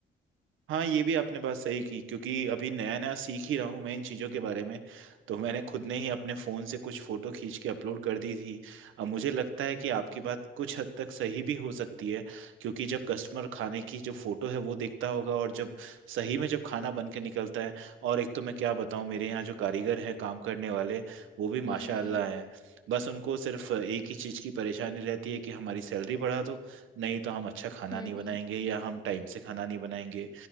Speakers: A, on the right; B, on the left.
A: हाँ ये भी आपने बात सही की क्योंकि अभी नया नया सीख ही रहा हूँ मैं इन चीज़ों के बारे में तो मैंने खुद ने ही अपने फ़ोन से कुछ फ़ोटो खींच के अपलोड कर दी थी अब मुझे लगता है कि आपकी बात कुछ हद तक सही भी हो सकती है क्योंकि जब कस्टमर खाने की जो फ़ोटो है वो देखता होगा और जब सही में जब खाना बन के निकलता है और एक तो मैं क्या बताऊँ मेरे यहाँ जो कारीगर हैं काम करने वाले वो भी
B: हम्म
A: माशाल्लाह
B: हम्म
A: हैं बस उनको सिर्फ एक ही चीज़ की परेशानी रहती है कि हमारी सैलरी बढ़ा दो नहीं तो हम अच्छा खाना
B: हम्म
A: नहीं बनाएंगे
B: हम्म
A: या हम टाइम से खाना नहीं बनाएंगे